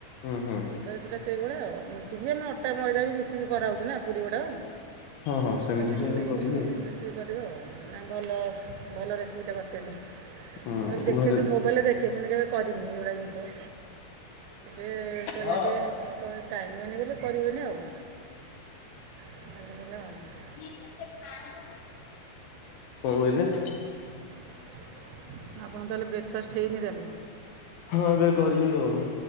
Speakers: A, on the left; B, on the right.
A: ହୁଁ ହୁଁ
B: ତ ସେଇଟା ସେଇଭଳିଆ ଆଉ। ମିଶିକି ଆମେ ଅଟା ମଇଦା ବି ମିଶିକି କରାହେଉଛି ନା ପୁରି ଗୁଡ଼ାକ।
A: ହଁ ହଁ ସେମିତି
B: ତା ସାଙ୍ଗେରେ
A: ତ ଆଜ୍ଞା
B: ମିଶେଇ
A: କରିବି
B: ମିଶିକି
A: ଆଉ।
B: କରିବ ଆଉ। ନା ଭଲ, ଭଲ ରେସିପିଟା ବତେଇଲେ।
A: ହୁଁ
B: ମୁଁ ଖାଲି ଦେଖେ
A: ଘରେ
B: ସେ ମୋବାଇଲରେ ଦେଖେ କିନ୍ତୁ କେବେ କରିନି ଏଭଳିଆ ଜିନିଷ। ଏ କରିବା
A: କଣ
B: ଟିକେ ଟାଇମ ହୁଏନି ବୋଲି କରିନି ଆଉ। <inaudible>
A: କଣ କହିଲେ?
B: ଆପଣ ତାହେଲେ ବ୍ରେକ ଫାଷ୍ଟ ହେଇନି ତାହେଲେ?
A: ହଁ ଏବେ କରିବି ଆଉ।